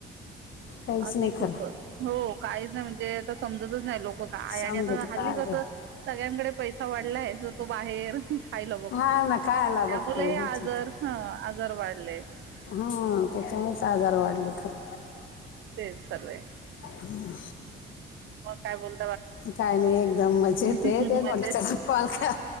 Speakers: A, on the left; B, on the right.
A: काहीच
B: आता
A: नाही
B: खूप
A: खरं
B: हो काहीच नाही म्हणजे, आता समजतच नाही लोक ब काय
A: समजते
B: आणि आता
A: काय
B: हल्ली कसं
A: ते
B: सगळ्यांकडे पैसा वाढलाय, जो तो बाहेर खायला बघतो,
A: हा ना खायला बघतो
B: त्यामुळे
A: हेच
B: हे आजार ह आजार वाढले.
A: हम त्याच्यामुळेचं आजार वाढले खरं.
B: तेच चालूय
A: हम्म!
B: मग काय बोल
A: झालं एकदम मजेत येत,
B: मजेत
A: तेच म्हटलं चला कॉल करा